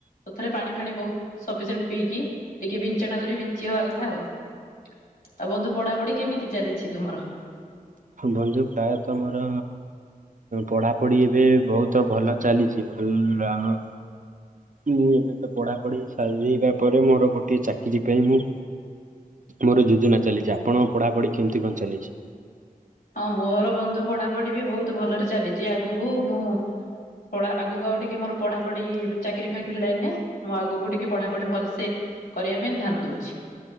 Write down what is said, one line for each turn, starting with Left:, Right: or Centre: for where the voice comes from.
Left: ଥରେ ପାଣି ଫାଣି ବହୁତ ସପିସେଣ୍ଡ ପିଇକି ଟିକେ ବିଞ୍ଚଣା ଧରି ବିଞ୍ଚି ହବା କଥା ଆଉ। ତ ବନ୍ଧୁ ପଢାପଢି କେମିତି ଚାଲିଛି ତୁମର?
Right: ବନ୍ଧୁ ପ୍ରାୟତଃ ମୋର ପଢା଼ପଢି଼ ଏବେ ବହୁତ ଭଲ ଚାଲିଛି ଭଲ ମୁଁ ଏବେ ତ ପଢାପଢି ସ ହେଇବା ପରେ ମୋର ଗୋଟଏ ଚାକିରି ପାଇଁ ମୁଁ ମୋର ଯୋଜନା ଚାଲିଛି ଆପଣଙ୍କ ପଢାପଢି କେମିତି କଣ ଚାଲିଛି?
Left: ହଁ ମୋର ବନ୍ଧୁ ପଢାପଢି ବି ବହୁତ ଭଲରେ ଚାଲିଛି ଆଗକୁ ମୁଁ ପଢା ଆଗକୁ ଆଉ ଟିକେ ମୋର ପଢାପଢି ଚାକିରି ଫାକିରି ଲାଇନରେ ମୁଁ ଆଗକୁ ଟିକେ ପଢାପଢି ଭଲସେ କରିବା ପାଇଁ ଧ୍ୟାନ ଦଉଛି।